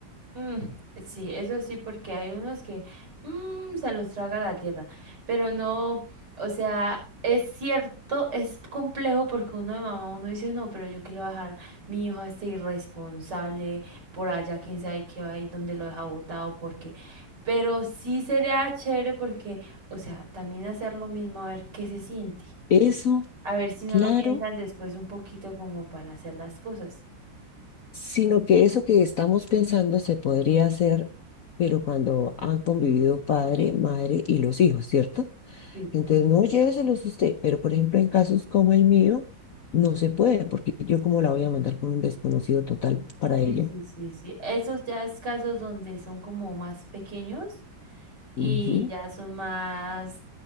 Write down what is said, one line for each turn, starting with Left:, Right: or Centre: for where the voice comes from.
Right: Mm, sí, eso sí, porque hay unos que mm, se los traga la tierra, pero no, o sea, es cierto, es complejo porque uno de mamá, uno dice, no, pero yo qué le voy a dejar mi hijo a este irresponsable por allá, quién sabe qué va a ir, dónde lo deja botado, porque, pero sí sería chévere porque, o sea, también hacer lo mismo, a ver qué se siente,
Left: Eso,
Right: a ver si
Left: claro.
Right: no lo piensan después un poquito como para hacer las cosas.
Left: sino que eso que estamos pensando se podría hacer, pero cuando han convivido padre, madre y los hijos, ¿cierto?
Right: Sí,
Left: Entonces,
Right: claro.
Left: no lléveselos usted, pero por ejemplo, en casos como el mío, no se puede, porque yo cómo la voy a mandar con un desconocido total para
Right: Sí,
Left: ella.
Right: sí, sí, sí. Esos ya es casos donde son como más pequeños y
Left: Ujú.
Right: ya son más,